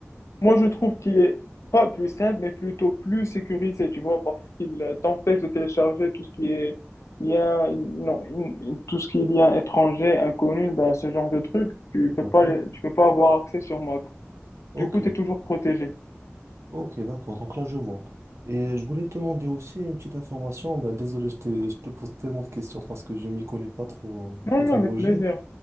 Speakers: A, on the left; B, on the right.
A: moi je trouve qu'il est pas plus simple, mais plutôt plus sécurisé, tu vois, parce qu'il euh, t'empêche de télécharger tout ce qui est lien, non, in- in- tout ce qui est lien étranger, inconnu, ben, ce genre de truc, tu peux
B: D'accord?
A: pas, le- tu peux pas avoir accès sur Mac.
B: Ok.
A: Du coup, tu es toujours protégé.
B: Ok, d'accord. Donc là, je vois. Et je voulais te demander aussi une petite information. Bah, désolé, je te, je te pose tellement de questions parce que je m'y connais pas trop en
A: Non,
B: technologie.
A: non, avec plaisir.